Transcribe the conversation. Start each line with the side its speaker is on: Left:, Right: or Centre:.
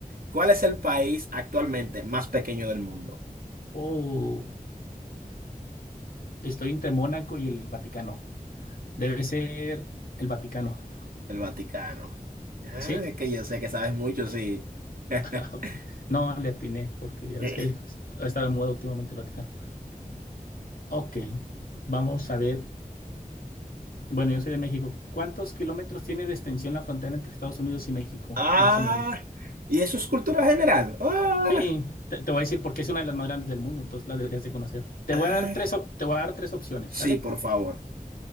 Right: ¿Cuál es el país actualmente más pequeño del mundo?
Left: Oh, estoy entre Mónaco y el Vaticano. Debe ser el Vaticano.
Right: El Vaticano. Ah,
Left: ¿Sí? <laughs>
Right: es que yo sé que sabes mucho, sí. <laughs>
Left: Ah, Ok. No, le atiné porque ya ves
Right: Eh,
Left: que ha estado de moda últimamente el Vaticano. Ok, vamos a ver. Bueno, yo soy de México. ¿Cuántos kilómetros tiene de extensión la frontera entre Estados Unidos y México?
Right: Ah,
Left: Más o menos.
Right: y eso es cultura general. Ah,
Left: Sí, te, te voy a decir porque es una de las más grandes del mundo, entonces la deberías de conocer. Te
Right: ah.
Left: voy a dar tres, op- te voy a dar tres opciones,
Right: sí,
Left: ¿sale?
Right: por favor.